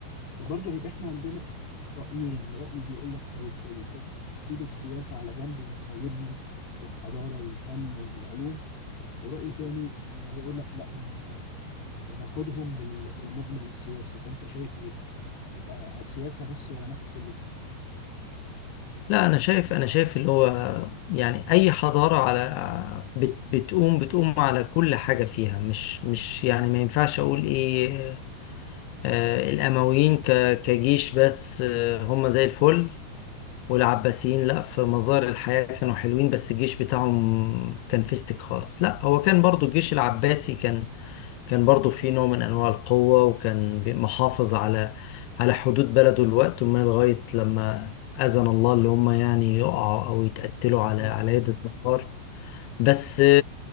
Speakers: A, on the left; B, on the left.
A: وبرضه هيبقى احنا عندنا رأيين رأي بيقول لك طيب الحو- نسيب السياسة على جنب ونقيمهم بالحضارة والفن والعلوم ورأي تاني آه، هيقول لك لا ال- ناخدهم بال- بالمجمل السياسي فأنت شايف إيه؟ يبقى سياسة بس ولا ناخد كله؟
B: لا أنا شايف أنا شايف اللي هو يعني أي حضارة على بت... بتقوم بتقوم على كل حاجة فيها مش مش يعني ما ينفعش أقول إيه آه الأمويين ك... كجيش بس آه هم زي الفل والعباسيين لا في مظاهر الحياة كانوا حلوين بس الجيش بتاعهم كان فيستك خالص لا هو كان برضو الجيش العباسي كان كان برضو في نوع من أنواع القوة وكان بي- محافظ على على حدود بلده الوقت وما لغاية لما أذن الله اللي هم يعني يقعوا أو يتقتلوا
A: قطار
B: على على يد النصارى بس